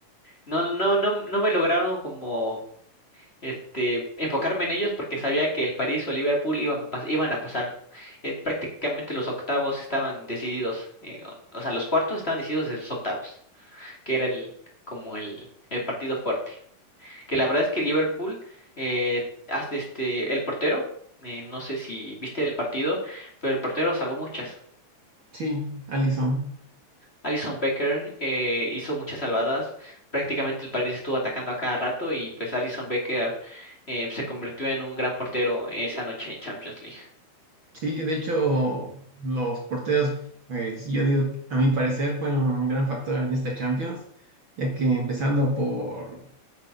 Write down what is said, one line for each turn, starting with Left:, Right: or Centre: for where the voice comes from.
Left: no no no no me lograron como este, enfocarme en ellos porque sabía que el París o Liverpool iban, pas- iban a pasar. Eh, prácticamente los octavos estaban decididos, eh, o, o sea, los cuartos estaban decididos desde los octavos, que era el, como el, el partido fuerte. Que la verdad es que Liverpool, eh, hasta este, el portero, eh, no sé si viste el partido, pero el portero salvó muchas.
Right: Sí, Alisson.
Left: Alison Becker eh, hizo muchas salvadas. Prácticamente el París estuvo atacando a cada rato y pues Alison Becker eh, se convirtió en un gran portero esa noche en Champions League.
Right: Sí, de hecho los porteros, pues yo digo, a mi parecer fueron un gran factor en esta Champions, ya que empezando por